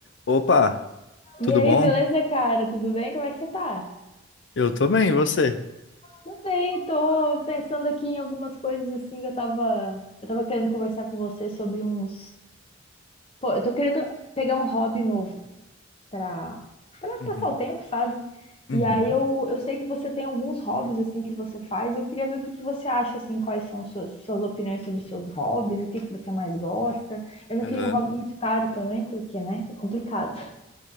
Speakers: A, on the left; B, on the left.
A: Opa,
B: E
A: tudo
B: aí,
A: bom?
B: beleza, cara? Tudo bem? Como é que você tá?
A: Eu tô bem, e você?
B: Tudo bem, tô pensando aqui em algumas coisas assim que eu tava, eu tava querendo conversar com você sobre uns. Pô, eu tô querendo pegar um hobby novo pra, pra
A: Uhum,
B: passar o tempo, sabe? E
A: uhum,
B: aí eu, eu sei que você tem alguns hobbies assim que você faz, e eu queria ver o que que você acha, assim, quais são suas, suas opiniões sobre os seus hobbies, o que que você mais gosta. Eu não
A: aham.
B: queria um hobby muito caro também, porque, né, é complicado.